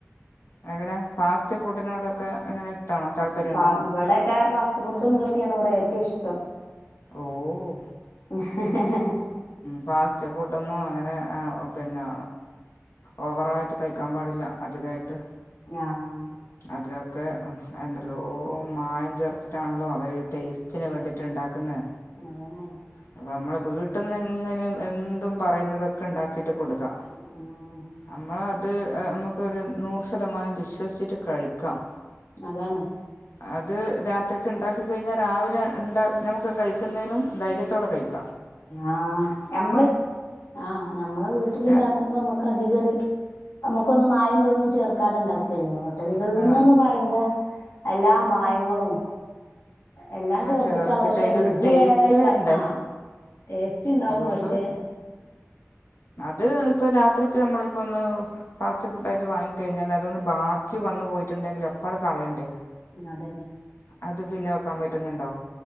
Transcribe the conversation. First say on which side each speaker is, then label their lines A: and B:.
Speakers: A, on the left; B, on the left.
A: എങ്ങനെ ഫാസ്റ്റ് ഫുഡ്നോടൊക്കെ എങ്ങനെ ഇഷ്ടമാണോ താല്പര്യമുണ്ടോ
B: ആഹ് ഇവടൊക്കെ ഫാസ്റ്റ് ഫുഡുംതൊക്കേണ് ഇവിടേ റ്റുഷ്ടം
A: ഓഹ്
B: ഹ് ഹ് ഹ് ഹ്
A: ഫാസ്റ്റ് ഫുഡൊന്നും അങ്ങനെ പിന്നെ ഓവറായ്ട്ട് കഴിക്കാൻ പാടില്ല അധികായ്ട്ട്
B: ആഹ്
A: ഇതിലൊക്കെ എന്തല്ലോ മായം ചേർത്ത്ട്ടാണല്ലോ അവരീ ടേസ്റ്റിന് വേണ്ടീട്ട്ണ്ടാക്ക്ന്നെ.
B: <unintelligible>
A: അപ്പൊ നമ്മള് വീട്ടിന്ന്ങ്ങനെ എന്തും പറയുന്നുന്നത് ഉണ്ടാക്കിട്ട് കൊടുക്കാം
B: ഉം
A: നമ്മളത് അ ഒരു നൂറ് ശതമാനം വിശ്വസിച്ചിട്ട് കഴിക്കാം.
B: അതാണ്.
A: അത് രാത്രിക്ക് ഉണ്ടാക്കി കഴിഞ്ഞാൽ രാവിലെ ണ്ടാ നമുക്ക് കഴി ക്കുന്നതിനും ധൈ <unintelligible>
B: ആഹ് ഞമ്മള് ആഹ് ഞമ്മളെ വീട്ടില്
A: ര
B: ഉണ്ടാക്കുമ്പോ നമ്മക്ക് അധികം ഒരു നമ്മുക്കൊന്നും മായോം ഇതൊന്നും ചേർക്കാത ഉണ്ടാക്കല്ലേ ഓ ഹോട്ടലുകളിൽന്ന്
A: ആ
B: പറയുമ്പോ എല്ലാം മായങ്ങളും എല്ലാം ചേർത്തിട്ടാണ്
A: ചേർത്തിട്ട്
B: പക്ഷെ
A: അതിൻ്റെ
B: രുചി
A: ഒരു ടേസ്റ്റ്
B: വേറെ ഇക്കർ
A: വരണ്ടേ
B: ആഹ് ടേസ്റ്റ് ഇണ്ടാവും
A: അതുകൊണ്ട്
B: പക്ഷെ
A: ഇത് ഇപ്പൊ രാത്രിക്ക് നമ്മളിപ്പോ ഒന്ന് ഫാസ്റ്റ് ഫുഡ് ആയിട്ട് വാങ്ങിക്കഴിഞ്ഞാൽ അതൊന്ന് ബാക്കി വന്ന് പോയിട്ടുണ്ടെങ്കിൽ അപ്പാടെ കളയണ്ടേ?
B: അതന്നെ
A: അത് പിന്നെ വെക്കാൻ പറ്റുന്നിണ്ടോ